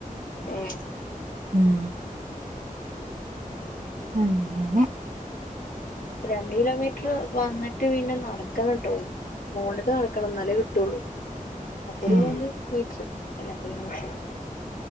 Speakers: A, on the left; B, on the right.
A: ഏ
B: ഉം. ഉം ങ്ങനെ.
A: രണ്ട് കിലോമീറ്റർ വന്നി്ട്ട് ട്ട് പിന്നെ നടക്കണംട്ടോ മോള്ലേക്ക് നടക്കണം എന്നാലേ കിട്ടുള്ളൂ. അപ്പൊ ഒരു
B: ഏഹ്
A: മൂന്ന് മീറ്റ്റ് എല്ലാത്തിനും കൂടി